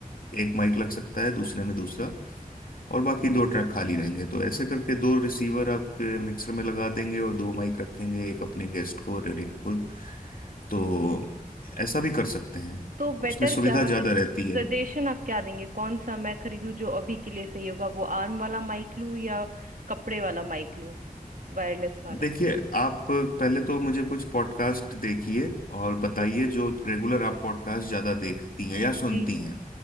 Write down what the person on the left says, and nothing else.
एक माइक लग सकता है दूसरे में दूसरा और बाकी दो ट्रैक खाली रहेंगे तो ऐसे करके दो रिसीवर आप मिक्सर में लगा देंगे और दो माइक रखेंगे एक अपने गेस्ट को और एक खुद तो ऐसा भी कर सकते हैं
उसमें सुविधा
ज़्यादा रहती है
देखिए आप पहले तो मुझे कुछ पॉडकास्ट देखिए और बताइए
जो रेगुलर आप पॉडकास्ट ज़्यादा देखती हैं या सुनती
हैं